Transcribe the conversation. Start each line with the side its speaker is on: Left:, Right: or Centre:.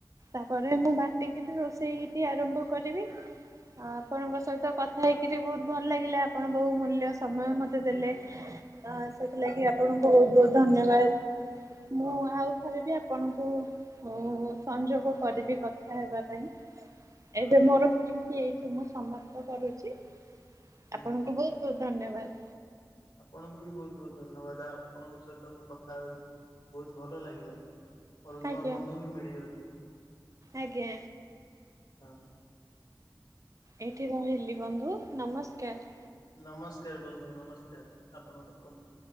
Right: ତାପରେ
Left: ହଁ
Right: ମୁଁ ବାଟିକି ରୋଷେଇଟି ଆରମ୍ଭ କରିବି ଆ ଆପଣଙ୍କ ସହିତ କଥା ହେଇକିରି ବୋହୁତ ଭଲ ଲାଗିଲା ଆପଣ ବହୁ ମୂଲ୍ୟ ସମୟ ମ ଦେଲେ ଅ ସେଥିଲାଗି ଆପଣଙ୍କୁ ବହୁତ ବହୁତ ଧନ୍ୟବାଦ
Left: ହୁଁ
Right: ମୁଁ ଆ ଥରେ ବି ଆପଣଙ୍କୁ ଉଁ ସଂଯୋଗ କରିବି କଥା ହେବା ପାଇଁ।
Left: ହଁ
Right: ଏବେ ମୋର ଫୋନ ଟି ଏଇଠି ମୁଁ ସମାପ୍ତ କରୁଚି
Left: ହୁଁ।
Right: ଆପଣଙ୍କୁ ବୋହୁତ ଧନ୍ୟବାଦ।
Left: ଆପଣଙ୍କୁ ବି ବୋହୁତ ବୋହୁତ ଧନ୍ୟବାଦ ଆପଣଙ୍କ ସହିତ ମୁଁ କଥା ହୋଇ ବୋହୁତ ଭଲ ଲାଗିଲା। ମୋର ନୂଆ
Right: ଆଜ୍ଞା
Left: ବନ୍ଧୁ ବି ମିଳିଗଲେ
Right: ଆଜ୍ଞା
Left: ହଁ।
Right: ଏଇଠି ରହିଲି ବନ୍ଧୁ ନମସ୍କାର।
Left: ନମସ୍କାର ବନ୍ଧୁ ନମସ୍କାର ଆପଣ ରଖନ୍ତୁ।